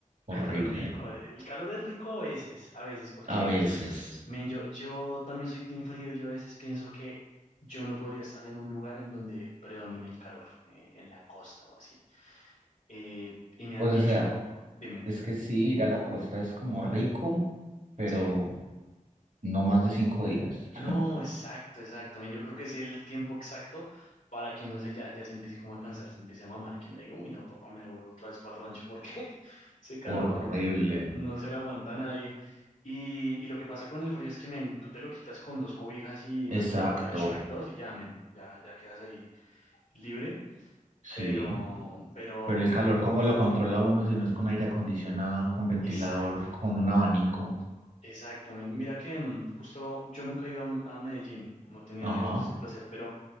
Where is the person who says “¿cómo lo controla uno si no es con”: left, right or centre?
Right